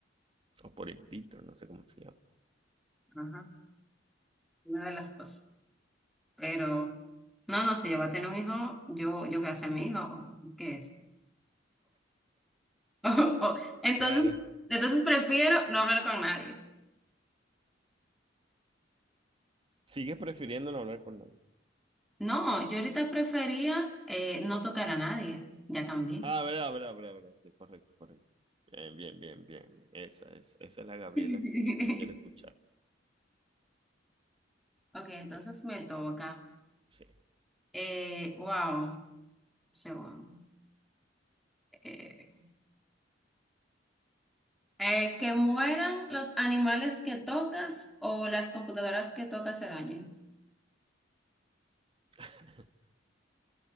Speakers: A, on the right; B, in the centre.
A: O por in vitro, no sé cómo se llama.
B: Ajá, una de las dos. Pero, no, no, si yo voy a tener un hijo, yo, yo voy a ser mi hijo. o- o ¿Qué es? <laughs> Entonces,
A: Claro.
B: entonces prefiero no hablar con nadie.
A: Sigues prefiriendo no hablar con nadie.
B: No, yo ahorita prefería eh, no tocar a nadie. Ya cambié.
A: Ah, verdad, verdad, verdad, verdad. Sí, correcto, correcto. Bien, bien, bien, bien. bien. Esa, esa, esa es la Gabriela
B: <laughs>
A: que, que quiere escuchar.
B: Ok, entonces
A: Sí.
B: me toca.
A: sí.
B: Eh, wow, segundo. Eh, eh, que mueran los animales que tocas o las computadoras que tocas se dañen.
A: <laughs>